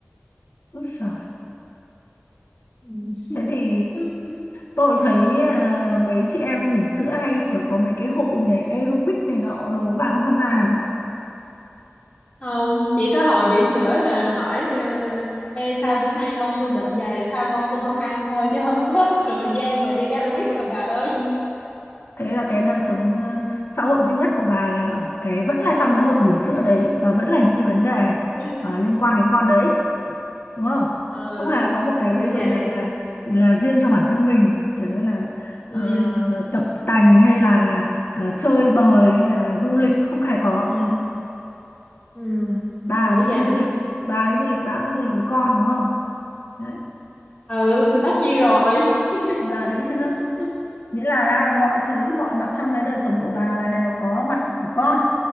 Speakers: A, on the left; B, on the left.
A: Úi giời,
B: Ừ.
A: thế thì
B: <laughs>
A: tôi thấy à, mấy chị em bỉm sữa hay kiểu có mấy cái hội nhảy aerobic này nọ đồ bà không tham gia à?
B: Ừ. không chỉ có hồi bỉm sữa là hỏi ờ, Ê, sao bữa nay con tôi bệnh dày sao con tôi không ăn thôi chứ không có <laughs> thời gian mà đi aerobic đâu bà ơi
A: Thế là cái đời sống ờ, xã hội duy nhất của bà là ở cái vẫn là trong cái hội bỉm sữa đấy và vẫn là những cái vấn đề
B: <laughs>
A: ờ, liên quan đến con đấy. đúng không
B: ừ
A: không hề có một cái
B: bởi
A: gì gọi
B: vậy
A: là là là riêng cho bản thân mình kiểu như là ờ,
B: ừ
A: tập tành hay là ờ, chơi bời hay là du lịch không hề có
B: ừ ừ
A: bà
B: bởi
A: mà đi
B: vậy
A: du lịch bà đi du lịch bà cũng đi du lịch với con đúng không đấy
B: ừ thì tất nhiên rồi
A: thì bà thấy
B: <laughs>
A: chưa nghĩa là mọi thứ mọi mặt trong cái đời sống của bà là đều có mặt của con